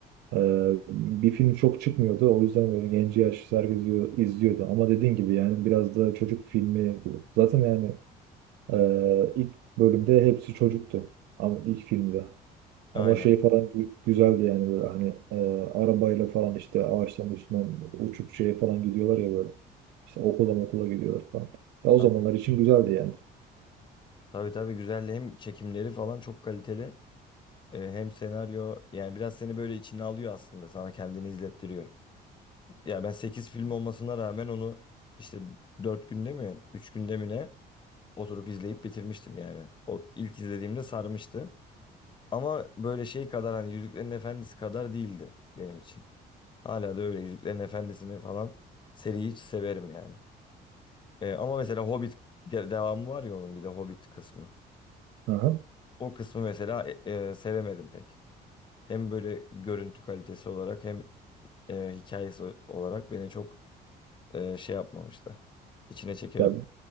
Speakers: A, on the right; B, on the left.
A: Ee, bir film çok çıkmıyordu. O yüzden böyle genci yaş herkes izliyor- izliyordu. Ama dediğin gibi yani biraz da çocuk filmi. Zaten yani e, ilk bölümde hepsi çocuktu. Ama ilk filmde.
B: Aynen.
A: Ama şey falan gü- güzeldi yani böyle hani e, arabayla falan işte ağaçların üstünden uçup şeye falan gidiyorlar ya böyle. İşte okula okula gidiyorlar falan. Ya o
B: Ha,
A: zamanlar için güzeldi yani.
B: Tabii tabii güzel. Hem çekimleri falan çok kaliteli. E, hem senaryo yani biraz seni böyle içine alıyor aslında. Sana kendini izlettiriyor. Ya ben 8 film olmasına rağmen onu işte 4 günde mi 3 günde mi ne oturup izleyip bitirmiştim yani. O ilk izlediğimde sarmıştı. Ama böyle şey kadar hani Yüzüklerin Efendisi kadar değildi benim için. Hala da öyle Yüzüklerin Efendisi'ni falan seriyi hiç severim yani. Ee, ama mesela Hobbit de- devamı var ya onun bir de Hobbit kısmı.
A: Aha.
B: O kısmı mesela e, e, sevemedim pek. Hem böyle görüntü kalitesi olarak hem e, hikayesi olarak beni çok e, şey yapmamıştı. İçine çekememiş.
A: Ya